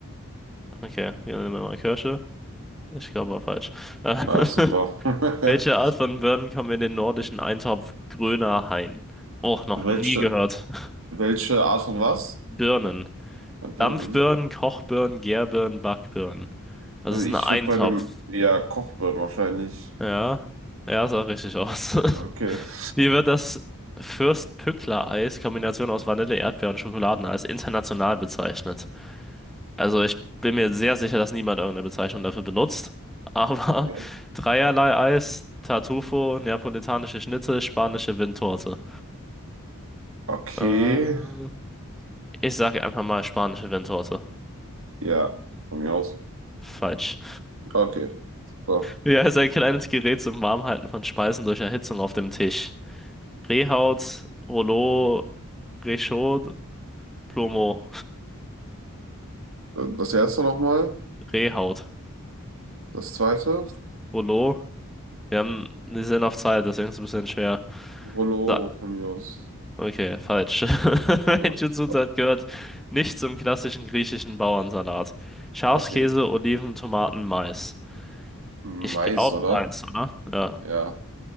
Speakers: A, in the centre; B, on the right (about 65°).
A: Okay, wir nehmen mal Kirsche. Ich glaube, war falsch. Äh,
B: Na,
A: <laughs>
B: super. <laughs>
A: welche Art von Birnen kommen in den nordischen Eintopf grüner Hain? Och, noch
B: Welche,
A: nie gehört. <laughs>
B: welche Art von was?
A: Birnen.
B: Na,
A: Dampfbirnen,
B: Birnen.
A: Kochbirnen, Gärbirnen, Backbirnen. Das
B: Also
A: ist
B: ich
A: ein Eintopf.
B: würde bei einem, ja, Kochbirnen wahrscheinlich.
A: Ja, ja, sah richtig aus.
B: Okay.
A: <laughs>
B: <laughs>
A: Wie wird das Fürst-Pückler-Eis, Kombination aus Vanille, Erdbeer und Schokoladeneis, international bezeichnet? Also ich bin mir sehr sicher, dass niemand irgendeine Bezeichnung dafür benutzt. Aber
B: Ja.
A: <laughs> dreierlei Eis, Tartufo, neapolitanische Schnitte, spanische Windtorte.
B: Okay,
A: Äh, ich sage einfach mal spanische Windtorte.
B: ja, von mir aus.
A: Falsch.
B: Okay, so.
A: Wie heißt ein kleines Gerät zum Warmhalten von Speisen durch Erhitzung auf dem Tisch? Rehhaut, Rouleau, Réchaud, Plomo.
B: Das erste nochmal,
A: Rehhaut,
B: das zweite,
A: Rouleau. Wir haben wir sind auf Zeit, deswegen ist es ein bisschen schwer.
B: Rollo
A: So,
B: von mir aus.
A: okay, falsch. <laughs>
B: Ja,
A: Welche Zutat
B: so.
A: gehört nicht zum klassischen griechischen Bauernsalat? Schafskäse,
B: Okay,
A: Oliven, Tomaten, Mais.
B: Mais,
A: Ich glaube
B: oder?
A: Mais, oder? Ja,
B: Ja,